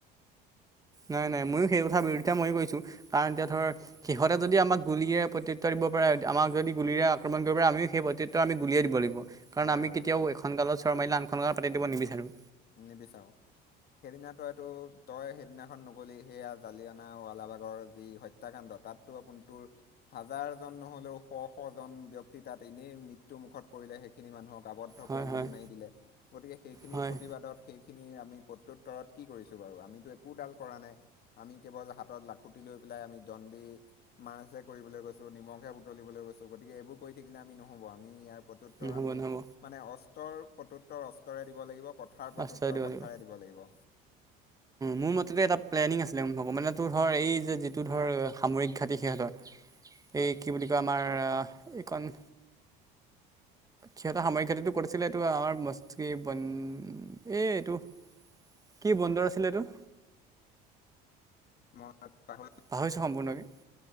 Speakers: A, on the right (about 15°); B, on the left (about 50°).
A: নাই নাই। ময়ো সেই কথা বিৰোধিতা ময়ো কৰিছো। কাৰণ এতিয়া ধৰ সিহঁতে যদি আমাক গুলীৰে প্ৰত্যুত্তৰ দিব পাৰে। আমাক যদি গুলীৰে আক্ৰমণ কৰিব পাৰে আমিও আমি গুলিয়াই দিব লাগিব। কাৰণ
B: হয়
A: আমি
B: হয়
A: কেতিয়াও
B: হয়
A: এখন গালত চৰ মাৰিলে আনখন গালত পাতি দিব নিবিচাৰো।
B: নিবিচাৰো। সেইদিনা তইতো তই সেইদিনাখন নগ'লি। হেয়া, জালিয়ানা ৱালাবাগৰ যি হত্যাকাণ্ড। তাতো আপোন তোৰ হাজাৰজন নহ'লেও <unintelligible> ব্যক্তি তাত এনেই মৃত্যুমুখত পৰিলে। সেইখিনি মানুহক <unintelligible>
A: হয়
B: কৰি গুলি
A: হয়
B: মাৰি দিলে। গতিকে সেইখিনি
A: হয়
B: সেইখিনি আমি প্ৰত্যুত্তৰত কি কৰিছোঁ বাৰু। আমিতো একোডাল কৰা নাই। আমি কেৱল হাতত লাখুটি লৈ পেলাই আমি দমদি <unintelligible> কৰিবলৈ গৈছোঁ। নিমখহে বুটলিবলৈ গৈছো। গতিকে এইবোৰ কৰি থাকিলে আমি নহ'ব। আমি ইয়াৰ প্ৰত্যুত্তৰ
A: নহ'ব
B: আমি
A: নহ'ব
B: মানে অস্ত্ৰৰ প্ৰত্যুত্তৰ অস্ত্ৰৰে দিব লাগিব। কথাৰ প্ৰত্যুত্তৰ
A: আশ্ৰয় দিব
B: কথাৰে
A: লাগিব।
B: দিব লাগিব।
A: মোৰ মতেটো, এটা প্লেনিং আছিলে। <unintelligible> মানে, তোৰ ধৰ, এই যে যিটো ধৰ, সামৰিক ঘাটি, সিহঁতৰ
B: <inaudible>
A: এই কি বুলি কয়, আমাৰ এইকণ। সিহঁতৰ সামৰিক ঘাটিটো, ক'ত আছিলে। এইটো, আমাৰ, <unintelligible> এই, এইটো কি বন্দৰ আছিলে এইটো।
B: মই পাহ।
A: পাহৰিছোঁ সম্পূৰ্ণকে